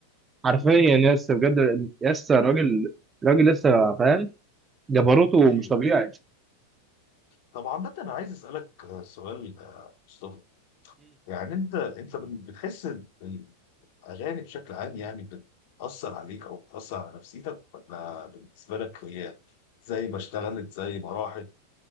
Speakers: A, on the right; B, on the left.
A: حرفيا يس بجد يس راجل راجل لسه فاهم جبروته
B: طيب
A: مش طبيعي
B: طب عامة أنا عايز أسألك آه، سؤال آه، مصطفى يعني أنت أنت بن- بتحس إن الأغاني بشكل عام يعني بتأثر عليك أو بتأثر على نفسيتك ولا بالنسبة لك هي زي ما اشتغلت زي ما راحت